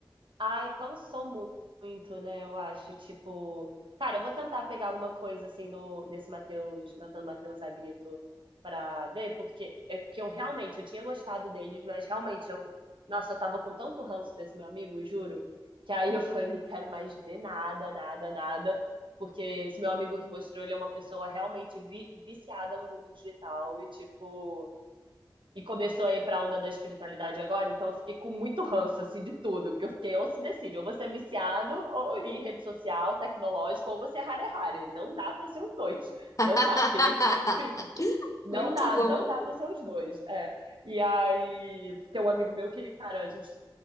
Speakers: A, on the right; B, on the left.
A: Ai, cansou mu- muito, né? Eu acho, tipo, cara, eu vou tentar pegar alguma coisa assim do desse Matheus, Matando Matheus Agrito pra ver, porque é que eu realmente eu tinha gostado deles, mas realmente eu, nossa, eu tava com tanto ranço desse meu amigo, juro, que aí eu <laughs> falei, não quero mais ver nada, nada, nada, porque esse meu amigo que mostrou, ele é uma pessoa realmente vi- viciada no mundo digital e tipo e começou a ir pra onda da espiritualidade agora, então eu fiquei com muito ranço, assim, de tudo, porque eu fiquei, ou se decide, ou você é viciado ou- em rede social, tecnológico, ou você é rare rare, não dá pra ser os dois,
B: <laughs>
A: não dá, porque eu, enfim, não
B: Muito
A: dá,
B: bom.
A: não dá pra ser os dois, é. E aí, tem um amigo meu que, cara, a gente se